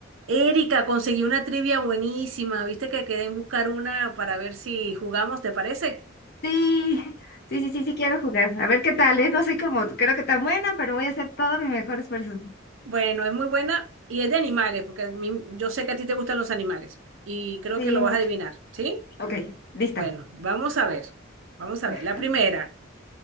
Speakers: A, on the right; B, on the left.
A: Erika, conseguí una trivia buenísima. Viste que quedé en buscar una para ver si jugamos, ¿te parece?
B: Sí, sí, sí, sí, sí quiero jugar. A ver qué tal, ¿eh? No soy como, creo que tan buena, pero voy a hacer todo mi mejor esfuerzo.
A: Bueno, es muy buena y es de animales, porque a mí- yo sé que a ti te gustan los animales y creo
B: Sí,
A: que lo
B: mucho.
A: vas a adivinar, ¿sí?
B: Ok, lista.
A: Bueno, vamos a ver. Vamos a
B: Ajá.
A: ver. La primera,